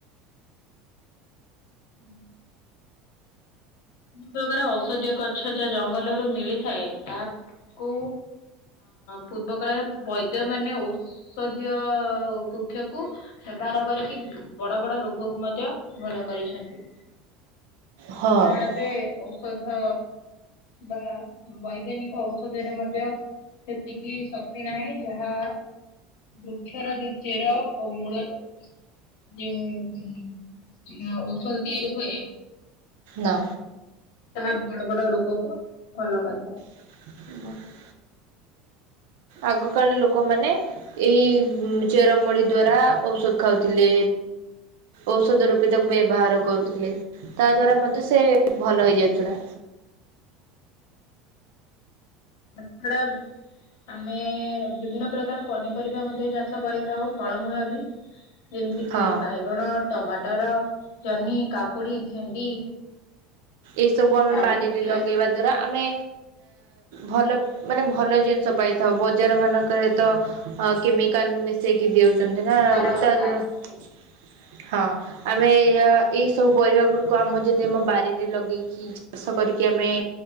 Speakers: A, on the left; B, on the right.
A: ହୁଁ। ବିଭିନ୍ନ ପ୍ରକାର ଔଷଧୀୟ ଗଛ ଯହା ଜଙ୍ଗଲରୁ ମିଳିଥାଏ ତାହା କୁ ପୂର୍ବ କାଳରେ ବୈଦ୍ୟ ମାନେ ଓୋଷ ଔଷଧୀୟ ବୃକ୍ଷକୁ ହେବହାର କରିକି ବଡ ବଡ ରୋଗକୁ ମଧ୍ୟ ଭଲ କରିଛନ୍ତି।
B: ହଁ
A: ଯାହା ଏବେ ଔଷଧ ବା ବୈଜ୍ଞାନିକ ଔଷ ଷଧରେ ମଧ୍ୟ ସେତିକି ଶକ୍ତି ନାହିଁ ଯାହା ବୃକ୍ଷର ଯୋଉ ଚେର ଆଉ ମୂଳରୁ ଯେଉ ଉଁ ଉଁ ଔଷଧ ତିଆରି ହୁଏ
B: ନା।
A: ତାହା ବଡ-ବଡ ରୋଗକୁ ଭଲ କରିପାରେ।
B: <inaudible> ଆଗକାଳ ଲୋକମାନେ ଏଇ ଚେରମୂଳି ଦ୍ଵାରା ଔଷଧ ଖାଉଥିଲେ। ଔଷଧ ରୂପେ ତାକୁ ବ୍ୟବହାର କରୁଥିଲେ, ତା ଦ୍ଵାରା ମଧ୍ୟ ସେ ଭଲ ହେଇଯାଉଥିଲା।
A: ତା ଛଡା ଆମେ ବିଭିନ୍ନ ପ୍ରକାର ପନିପରିବା ମଧ୍ୟ ଚାଷ କରିଥାଉ। ଫଳମୂଳ ବି, ଯେମିତି
B: ହଁ।
A: କିି ବାଇଗଣ ଟମାଟର, ଜହ୍ନି, କାକୁଡି, ଭେଣ୍ଡି
B: ଏଇସବୁ ଆମେ
A: ଆଳୁ
B: ବାରିରେ
A: ପିଆଜ
B: ଲଗେଇବା ଦ୍ଵାରା ଆମେ ଭଲ ମାନେ ଭଲ ଜିନିଷ ପାଇଥାଉ, ବଜାର ମାନଙ୍କରେ ତ କେମିକାଲ୍ ମି ସେଇକି ଦେଉଚନ୍ତି ନା
A: ସାର
B: ତା
A: ସାର
B: <unintelligible>
A: ପକେଇ
B: ହଁ। ଆମେ ଏହା ଏଇ ସବୁ ପରିବା ଗୁଡିକୁ ଆମ ଯଦି ଆମ ବାରିରେ ଲଗେଇକି ଚାଷ କରିକି ଆମେ